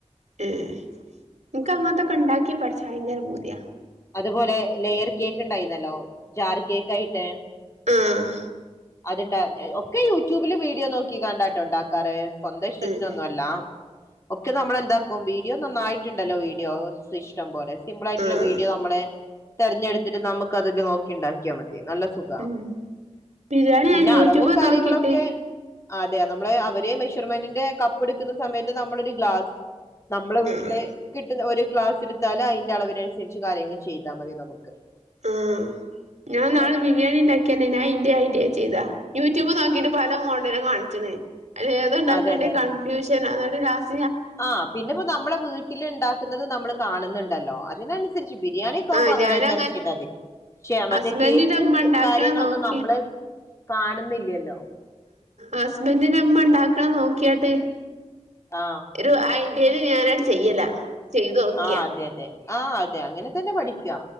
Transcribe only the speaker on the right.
ഉം നിക്ക്
അങ്ങനത്തൊക്കെ ഉണ്ടാക്കി പഠിച്ച ഭയങ്കര പൂതിയ
ആഹ്
ഏഹ്
ആഹ്
ഉം ബിരിയാണി
ഞാൻ യൂട്യൂബ്
നോക്കിട്ട്
ആഹ്
ആഹ് ഞാൻ നാളെ
ബിരിയാണിണ്ടാക്കി ക്കെന്നെ. നാ ഇൻ്റെ ഐഡിയേ ചെയ്താ. യൂട്യൂബ് നോക്കീട്ട് പല മോഡലും കാൺച്ച്ണ് അയ്‌ലേതാണ്ടാക്കണ്ടൈ
കൺഫ്യൂഷനാ, ന്നട്ട് ലാസ്
ആഹ്
ഞാനും
ഹസ്ബൻഡിന്റെ
ഇമ്മ
ഇണ്ടാക്കണ
നോക്കിയ
ആ ഹസ്ബന്റിന്റമ്മ ഉണ്ടാക്കണ നോക്കിയാട്ടെ
ഒരു ഐഡിയയിൽ ഞാനാട്ട് ചെയ്യല ചെയ്തോക്കിയാ